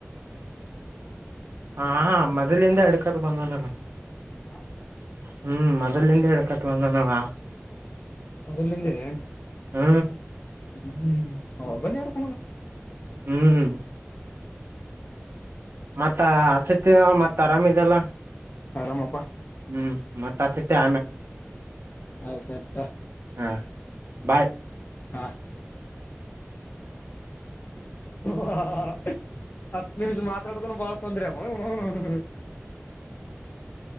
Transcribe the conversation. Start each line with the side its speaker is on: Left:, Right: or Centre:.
Right: ಹ ಹಾ ಮೊದಲಿಂದ ಹಡ್ಕದ ಬಂದಲ್ಲನವ
Left: ಹಾ
Right: ಹ್ಮ್ ಮೊದಲಿಂದ ಹಿಡಕತ್ ಬಂದನವ.
Left: ಮೊದಲ್ಲಿಂದೆ
Right: ಹಾ
Left: <unintelligible>
Right: ಹ್ಮ್ ಮತ್ತ ಆ ಚತಿ ಮತ್ತತ್ ಆರಾಮದೆಲ್ಲ.
Left: ಆರಾಮಪ್ಪಾ
Right: ಹ್ಮ್ ಮತ್ ಹಚ್ಚಿತಿ <unintelligible>
Left: ಆಯ್ತಾಯ್ತಾ
Right: ಹಾಂ ಬಾಯ್
Left: ಹ <unintelligible> ಅತ್ ನಿಮ್ಜ ಮಾತಾಡ್ದನ ಬಾಳ ತೊಂದ್ರ <unintelligible>
Right: <inaudible>